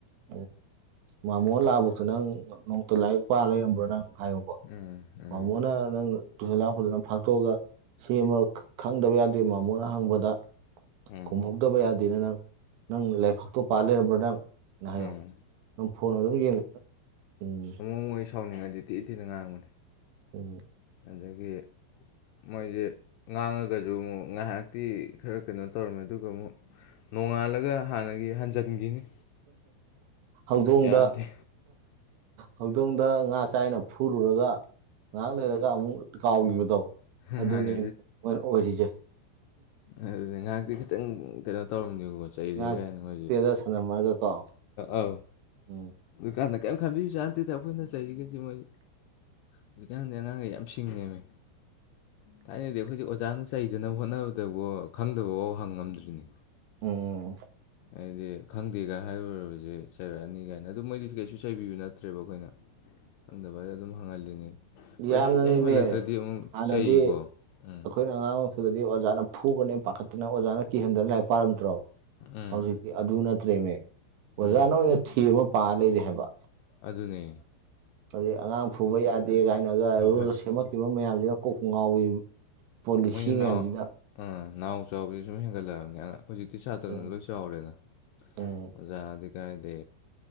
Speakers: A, on the right; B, on the left.
A: ꯑꯣ ꯃꯥꯃꯣ ꯂꯥꯛꯑꯕꯧꯇ ꯅꯪ ꯅꯣꯡꯃꯇ ꯂꯥꯏꯔꯤꯛ ꯄꯥ ꯂꯩꯔꯝꯕ꯭ꯔꯥ ꯅꯪ ꯍꯥꯏꯌꯨꯕ
B: ꯎꯝ ꯎꯝ
A: ꯑ ꯃꯣꯅ ꯅꯪ ꯇꯨꯁꯤꯜ ꯂꯥꯛꯄꯗꯅ ꯐꯥꯛꯇꯣꯛꯑꯒ ꯁꯤ ꯑꯃ ꯈꯪꯗꯕ ꯌꯥꯗꯦ ꯃꯃꯣꯅ ꯍꯪꯕꯗ
B: ꯎꯝ
A: ꯀꯨꯝꯍꯧꯗꯕ ꯌꯥꯗꯦꯅ ꯅꯪ ꯅꯪ ꯂꯥꯏꯕꯥꯛꯇꯣ ꯄꯥꯜ ꯂꯩꯔꯕ꯭ꯔꯥ ꯅꯪ ꯅꯍꯌꯣ
B: ꯎꯝ
A: ꯅꯝ ꯐꯣꯟ ꯑꯗꯨꯝ ꯌꯦꯡꯉ ꯎꯝ
B: ꯃꯣꯡꯉ ꯁꯥꯎꯅꯤꯡꯉꯗꯤ ꯇꯤ ꯇꯤꯅ ꯉꯥꯡꯕꯅꯦ
A: ꯎꯝ
B: ꯑꯗꯒꯤ ꯃꯣꯏꯁꯦ ꯉꯥꯡꯉꯒꯁꯨ ꯑꯃꯨꯛ ꯉꯥꯏꯍꯥꯛꯇꯤ ꯈꯔ ꯀꯩꯅꯣ ꯇꯧꯔꯝꯃꯦ ꯑꯗꯨꯒ ꯑꯃꯨꯛ ꯅꯣꯡꯉꯥꯜꯂꯒ ꯍꯥꯟꯅꯒꯤ ꯍꯟꯖꯤꯟꯈꯤꯅꯤ
A: ꯍꯧꯗꯣꯡꯗ
B: ꯌꯥꯗꯦ
A: ꯍꯧꯗꯣꯡꯗ ꯉꯥ ꯆꯥꯏꯅ ꯐꯨꯔꯨꯔꯒ ꯉꯥꯏꯍꯥꯛ ꯂꯩꯔꯒ ꯑꯃꯨꯛ ꯀꯥꯎꯈꯤꯕꯗꯣ
B: ꯍꯥꯟꯅ
A: ꯑꯗꯨꯅꯤ ꯃꯣꯏꯅ ꯑꯣꯏꯔꯤꯁꯦ
B: ꯑꯗꯨꯗꯤ ꯉꯥꯏꯍꯥꯛꯇꯤ ꯈꯤꯇꯪ ꯀꯩꯅꯣ ꯇꯧꯔꯝꯅꯦꯕꯀꯣ ꯆꯩꯔꯦ
A: ꯉꯥꯏꯍꯥꯛ
B: ꯀꯥꯏꯅ ꯃꯣꯏꯁꯦ
A: ꯇꯦꯗ ꯁꯥꯟꯅꯝꯃꯒꯀꯣ
B: ꯑ
A: ꯎꯝ
B: ꯗꯨꯀꯥꯟꯗ ꯀꯔꯤꯝ ꯈꯟꯕꯤꯌꯨꯁꯦ ꯍꯥꯟꯇꯤꯗ ꯑꯩꯈꯣꯏꯅ ꯆꯩꯔꯤꯒꯁꯤꯦ ꯃꯣꯏ ꯍꯧꯖꯤꯛꯀꯥꯟꯗꯤ ꯑꯉꯥꯡꯈꯩ ꯌꯥꯝ ꯁꯤꯡꯉꯦꯝꯃꯤ ꯊꯥꯏꯅꯗꯤ ꯑꯩꯈꯣꯏꯗꯤ ꯑꯣꯖꯥꯅ ꯆꯩꯗꯅꯕ ꯍꯣꯠꯅꯕ ꯑꯗꯨꯇꯕꯨ ꯈꯪꯗꯕꯐꯥꯎ ꯍꯪꯉꯝꯗ꯭ꯔꯤꯅꯤ
A: ꯎꯝ
B: ꯍꯥꯏꯗꯤ ꯈꯪꯗꯦꯒ ꯍꯥꯏꯔꯨꯔꯕꯁꯦ ꯆꯩꯔꯛꯑꯅꯤ ꯀꯥꯏꯅ ꯑꯗꯨ ꯃꯣꯏꯗꯤꯁ ꯀꯩꯁꯨ ꯆꯩꯕꯤꯕ ꯅꯠꯇ꯭ꯔꯦꯕ ꯑꯩꯈꯣꯏꯅ ꯈꯪꯗꯕ ꯍꯥꯏꯁꯦ ꯑꯗꯨꯝ ꯍꯪꯍꯜꯂꯤꯅꯤ
A: ꯌꯥꯝꯅꯅꯦꯃꯤ
B: ꯍꯣꯏ ꯍꯩꯗꯤ ꯍꯩꯃꯜꯂꯛꯇ꯭ꯔꯗꯤ ꯑꯃꯨꯛ
A: ꯍꯥꯟꯅꯗꯤ
B: ꯆꯩꯀꯣ ꯎꯝ
A: ꯑꯩꯈꯣꯏꯅ ꯑꯉꯥꯡ ꯃꯨꯗꯗꯤ ꯑꯣꯖꯥꯅ ꯐꯨꯒꯅꯦ ꯄꯥꯈꯠꯇꯅ ꯑꯣꯖꯥꯅ ꯀꯤꯍꯟꯗꯅ ꯂꯥꯏꯔꯤꯛ ꯄꯥꯔꯝꯗ꯭ꯔꯣ
B: ꯎꯝ
A: ꯍꯧꯖꯤꯛꯇ ꯑꯗꯨ ꯅꯠꯇ꯭ꯔꯦꯃꯦ ꯑꯣꯖꯥꯅ
B: ꯎꯝ
A: ꯑꯣꯏꯅ ꯊꯤ ꯑꯃ ꯄꯥ ꯂꯩꯔꯦ ꯍꯥꯏꯕ
B: ꯑꯗꯨꯅꯤ
A: ꯑꯩ ꯑꯉꯥꯡ ꯐꯨꯕ ꯌꯥꯗꯦ ꯀꯥꯏꯅꯒ
B: ꯍꯣꯏ
A: ꯔꯗ
B: ꯍꯣꯏ
A: ꯁꯦꯝꯃꯛꯈꯤꯕ ꯃꯌꯥꯝꯁꯤꯅ ꯀꯣꯛ ꯉꯥꯎꯏ ꯄꯣꯂꯤꯁꯤ
B: ꯃꯣꯏꯅ
A: ꯃꯌꯥꯝꯁꯤꯗ
B: ꯍ ꯑ ꯅꯥꯎ ꯆꯥꯎꯕꯁ ꯁꯨꯝ ꯍꯦꯟꯒꯠꯂꯛꯑꯕꯅꯤ ꯑ ꯍꯧꯖꯤꯛꯇꯤ ꯁꯥꯇ꯭ꯔꯅ
A: ꯎꯝ
B: ꯂꯣꯏꯁꯤꯜꯂ ꯆꯥꯎꯔꯦꯅ
A: ꯎꯝ
B: ꯑꯣꯖꯥꯗꯤ ꯀꯥꯏꯗ